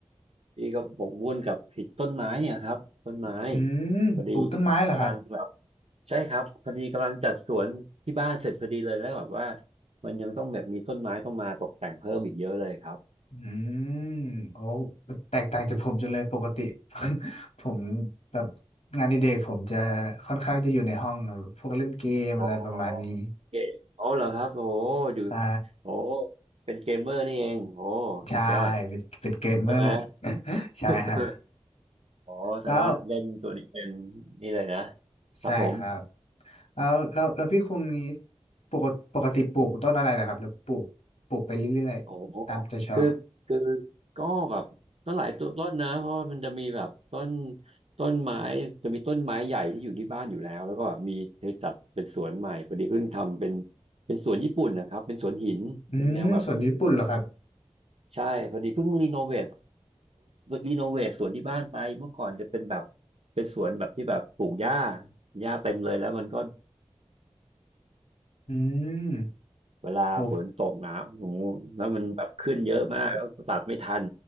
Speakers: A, on the right; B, on the left.
A: พี่ก็บกวุ่นกับผิดต้นไม้เนี่ยครับต้นไม้
B: อืมปลูกต้นไม้เหรอครับ
A: พอดีกำลังแบบใช่ครับพอดีกำลังจัดสวนที่บ้านเสร็จพอดีเลยแล้วแบบว่ามันยังต้องแบบมีต้นไม้ต้องมาตกแต่งเพิ่มอีกเยอะเลยครับ
B: อืมโอ้แตกต่างจากผมจังเลยปกติ <laughs> ผมแบบงานอดิเรกผมจะค่อนข้างจะอยู่ในห้องครับพวกเล่นเกมอะไรประมาณนี้
A: อ๋อโอเคอ๋อเหรอครับโอ้อยู่
B: ใช่
A: โอ้เป็นเกมเมอร์นี่เองโอ้
B: ใช่
A: ยอด
B: เป็นเป็นเกมเมอร์
A: ใช่ไหม
B: <laughs> ใช่ฮะ
A: <laughs> อ๋อแสดงว่าเล่นตัวนี้เป็น
B: แล้ว
A: นี่เลยนะครับผม
B: ใช่ครับ แล้วแล้วแล้วพี่คงนี้ปกติปกติปลูกต้นอะไรนะครับหรือปลูกปลูกไปเรื่อยๆตามใจชอบ
A: โอ้โหคือคือก็แบบก็หลายตัวต้นนะเพราะว่ามันจะมีแบบต้นต้นไม้จะมีต้นไม้ใหญ่ที่อยู่ที่บ้านอยู่แล้วแล้วก็แบบมีเธอจัดเป็นสวนใหม่พอดีเพิ่งทำเป็นเป็นสวนญี่ปุ่นนะครับเป็นสวนหินเป็นแนวแบบ
B: อืมส่วนญี่ปุ่นเหรอครับ
A: ใช่พอดีเพิ่งรีโนเวทรีโนเวทสวนที่บ้านไปเมื่อก่อนจะเป็นแบบเป็นสวนแบบที่แบบปลูกหญ้าหญ้าเต็มเลยแล้วมันก็
B: อืม
A: เวลาฝนตกหนาโอ้โห
B: โอ้
A: แล้วมันแบบขึ้นเยอะมากแล้วตัดไม่ทัน